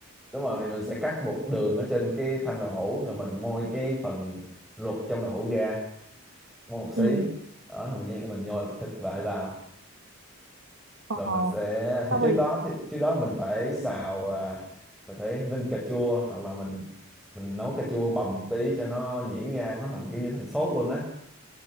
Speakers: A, in the centre; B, on the right (about 60°).
A: đúng rồi thì mình sẽ cắt một đường ở trên cái thanh đậu hũ rồi mình moi cái phần ruột trong đậu hũ ra moi một xí
B: ừ
A: đó là mình nhét mình nhồi thịt vại vào
B: ờ
A: rồi mình sẽ thì
B: xong
A: trước
B: rồi
A: đó thì trước đó mình phải xào à, mình phải ninh cà chua hoặc là mình mình nấu cà chua bầm một tí cho nó nhuyễn ra nó thành kiểu như thành sốt luôn á